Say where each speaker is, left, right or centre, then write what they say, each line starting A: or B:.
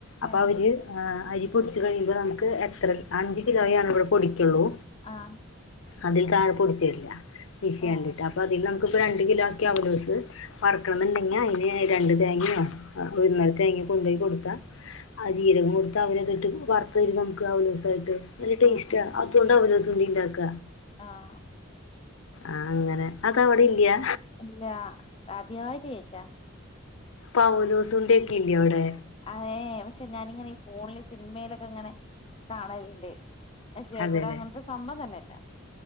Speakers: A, on the left (about 70°); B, on the left (about 25°).
A: അപ്പ
B: ഏഹ്
A: അവര് ആഹ് അരി പൊടിച്ച് കഴിയുമ്പോ നമക്ക് എത്ര അഞ്ച് കിലോ ആണ് ഇവിടെ പൊടിക്കൊള്ളൂ
B: ആഹ്
A: അതിൽ താഴെ പൊടിച്ചര് ഇല്ല. മീശിയണ്ടിട്ട്
B: ഏഹ്
A: അപ്പൊ അതിൽ നമുക്ക്പ്പ രണ്ട് കിലോ ആക്കി അവലോസ് വറക്കണംന്ന്ണ്ടെങ്കി അയ്ന് രണ്ട് തേങ്ങ്യൊ ഒന്നര തേങ്യൊ കൊണ്ടയി കൊടുത്താ ആഹ് ജീരകം കൊടുത്ത് അവര് ഇട്ട് വറത്ത് തരും നമുക്ക് അവലോസായിട്ട് നല്ല ടേസ്റ്റാ
B: ഉം ഉം
A: അതോണ്ടാ അവല്ലോ സുണ്ടിണ്ടാക്ക
B: ആഹ്
A: ആഹ് അങ്ങനെ അതവിടെ
B: ആഹ്
A: ഇല്യാ
B: ഇല്ല ആദ്യായിട്ട് കേക്ക
A: പൗലോസ് ഉണ്ടേക്കെ ഇല്ല ഇവടെ
B: അതെ ഏ എ പക്ഷെ ഞാനിങ്ങനെ ഈ ഫോണില് സിൻമേലൊക്കെ ഇങ്ങനെ കാണല്ണ്ട്. പക്ഷെ
A: അതെല്ലേ
B: ഇവടെ അങ്ങൻത്തെ സംഭം തന്നെ ഇല്ല